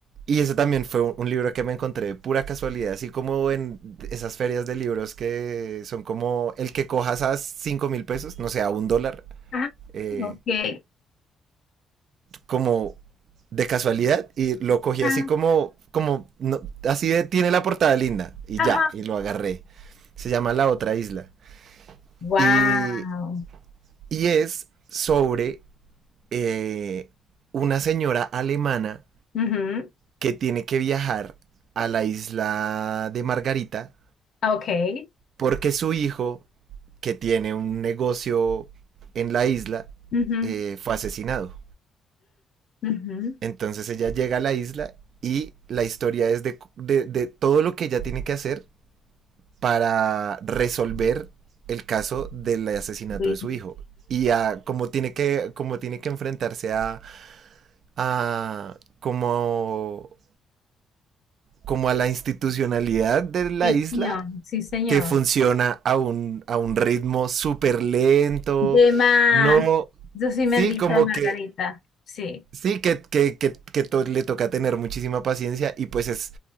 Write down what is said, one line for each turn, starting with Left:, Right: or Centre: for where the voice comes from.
Right: Y ese también fue un un libro que me encontré de pura casualidad, así como en esas ferias de libros que son como el que cojas a cinco mil pesos, no sé, a un dólar,
Left: Ah,
Right: eh,
Left: ok.
Right: como de casualidad y lo cogí
Left: Ah,
Right: así como, como, no, así de tiene la portada linda y
Left: ajá.
Right: ya, y lo agarré. Se llama La Otra Isla.
Left: Wow.
Right: Y, y es sobre eh, una señora alemana
Left: Ujú.
Right: que tiene que viajar a la isla de Margarita
Left: Ah, Ok.
Right: porque su hijo, que tiene un negocio en la isla,
Left: Ujú.
Right: eh, fue asesinado.
Left: Ujú.
Right: Entonces ella llega a la isla y la historia es de, de, de todo lo que ella tiene que hacer para resolver el caso del asesinato
Left: Sí,
Right: de su hijo y a cómo tiene que, como tiene que enfrentarse a, a como, como a la institucionalidad de la
Left: sí,
Right: isla
Left: señor, sí, señor.
Right: que funciona a un, a un ritmo súper lento.
Left: De más.
Right: No,
Left: Eso sí
Right: sí,
Left: me han dicho
Right: como
Left: de Margarita.
Right: que,
Left: Sí.
Right: sí, que, que, que, que to le toca tener muchísima paciencia y pues es